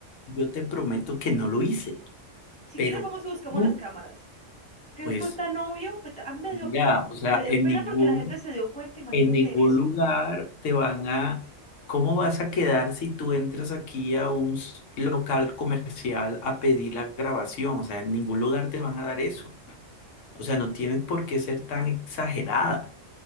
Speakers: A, on the left; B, in the centre.
A: Yo te prometo que no lo hice,
B: Si
A: pero
B: quieres, vamos y buscamos
A: tú,
B: las cámaras. que
A: pues,
B: fue tan obvio, fue ta- a mí me dio
A: mira,
B: pena,
A: o sea,
B: me dio
A: en
B: pena
A: ningún,
B: porque la gente se dio cuenta, imagínate
A: en ningún
B: eso.
A: lugar te van a, ¿cómo vas a quedar si tú entras aquí a un s- local comercial a pedir la grabación? O sea, en ningún lugar te van a dar eso. O sea, no tienes por qué ser tan exagerada.